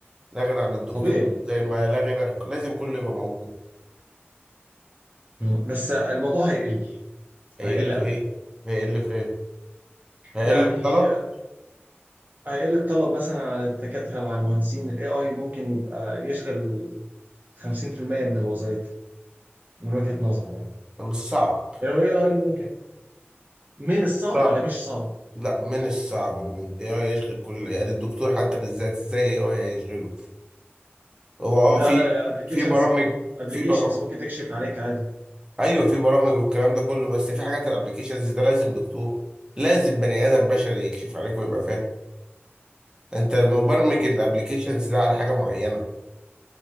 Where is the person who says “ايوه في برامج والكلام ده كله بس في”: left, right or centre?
Right